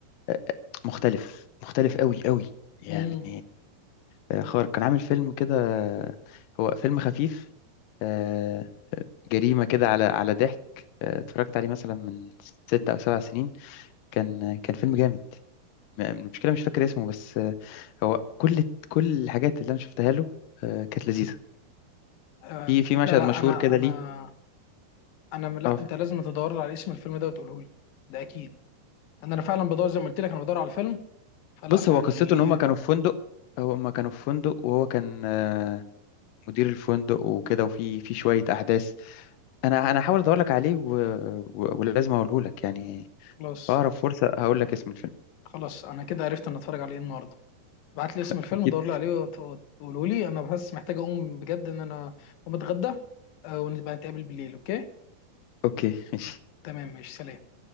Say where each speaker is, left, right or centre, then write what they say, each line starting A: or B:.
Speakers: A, on the left (about 85°); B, on the left (about 75°).
A: آه، مختلف مختلف قوي قوي يعني
B: امم
A: آه، خارق كان عامل فيلم كده آه، هو فيلم خفيف آه، جريمه كده على على ضحك آه، اتفرجت عليه مثلا من ست او سبع سنين كان آه، كان فيلم جامد م- المشكله مش فاكر اسمه بس آه، هو كل كل الحاجات اللي انا شفتها له آه، كانت لذيذه
B: آه
A: في في مشهد
B: لا لا
A: مشهور
B: انا
A: كده
B: انا
A: ليه
B: انا م- لا
A: اه
B: انت لازم تدور لي على اسم الفيلم ده وتقوله لي ده اكيد انا انا فعلا بدور زي ما قلت لك انا بدور على الفيلم فلا
A: بص
B: يعني
A: هو قصته ان هما
B: آه،
A: كانوا
B: بقى
A: في فندق هما كانوا في فندق وهو كان آه، مدير الفندق وكده وفي في شويه احداث انا انا هحاول ادور لك عليه و... و... ولازم اقوله لك يعني
B: خلاص
A: في اقرب فرصه هقول لك اسم الفيلم
B: خلاص انا كده عرفت ان اتفرج على ايه النهارده ابعت لي اسم الفيلم
A: اكيد
B: دور لي عليه وت- وتقولوا لي انا بس محتاج اقوم بجد ان انا اقوم اتغدى آه، ونبقى نتقابل بالليل اوكي
A: اوكي ماشي
B: تمام ماشي سلام